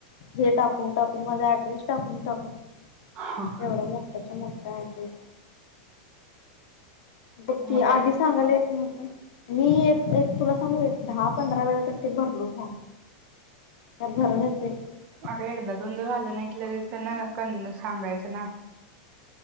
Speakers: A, on the left; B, on the right.
A: हे टाकून, टाकून माझा ऍड्रेस टाकून, टाकून-
B: तासानंतर
A: एवढा मोठ्याचा मोठा ऍड्रेस. बघ की,
B: मग अगं
A: आधी सांगले त नव्हत, मी एक एक तुला सांगू एक दहा पंधरा वेळा तर ते भरलो फॉर्म. ह भरणते <unintelligible>
B: अग एकदा दोनंद झालं नाही, की त्यांना क सांगायचं ना?